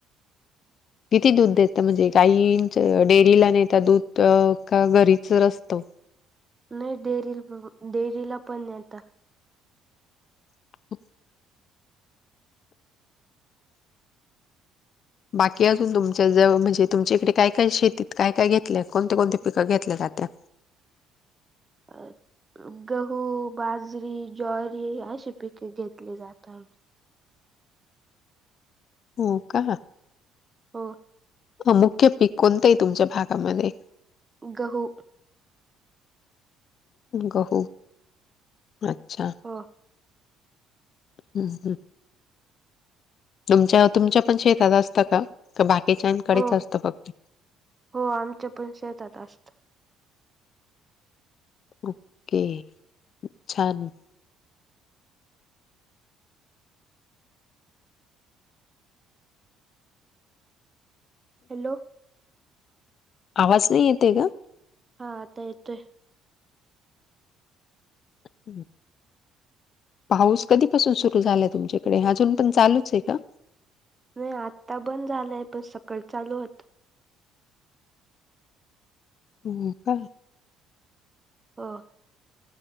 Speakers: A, on the left; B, on the right.
A: किती दूध देत म्हणजे काही इंच डेअरीला नता दूध का घरीच र असतं.
B: नाही डेरी डेरीला पण येता.
A: <inaudible> बाकी अजून तुमच्या ज म्हणजे तुमच्या इकडे काय काय शेतीत काय काय घेतलं कोणती कोणती पिकं घेतल्या जात्यात?
B: अ गहू, बाजरी, ज्वारी अशी पिके घेतली जातात.
A: हो का?
B: हो.
A: मुख्य पीक कोणतं आहे तुमच्या भागामध्ये?
B: गहू.
A: गहू अच्छा..
B: हो.
A: हम्म हम्म. तुमच्या तुमच्या पण शेतात असतं का का बाकीच्यांकडेच
B: हो
A: असतं फक्त?
B: हो आमच्या पण शेतात असत.
A: ओके छान.
B: हॅलो!
A: आवाज नाही येतय का?
B: हा आता येतोय.
A: हम्म. पाऊस कधीपासून सुरू झालाय तुमच्याकडे अजून पण चालूच आहे का?
B: नाही आत्ता बंद झालंय पण सकाळ चालू होत.
A: हो का.
B: हं.